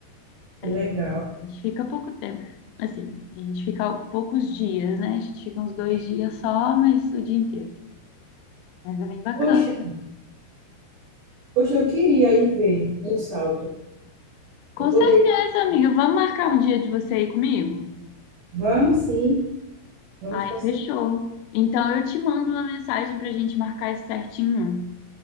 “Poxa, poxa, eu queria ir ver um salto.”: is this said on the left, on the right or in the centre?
Right